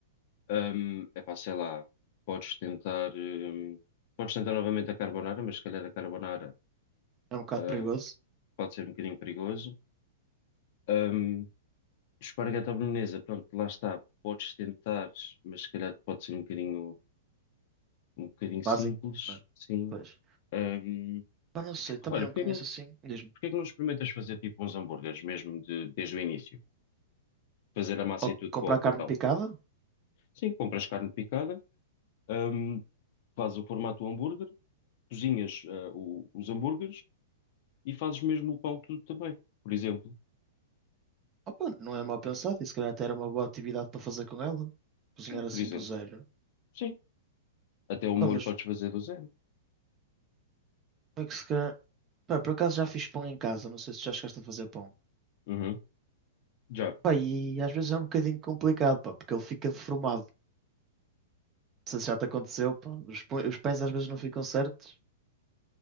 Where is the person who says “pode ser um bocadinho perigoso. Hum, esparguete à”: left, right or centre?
Left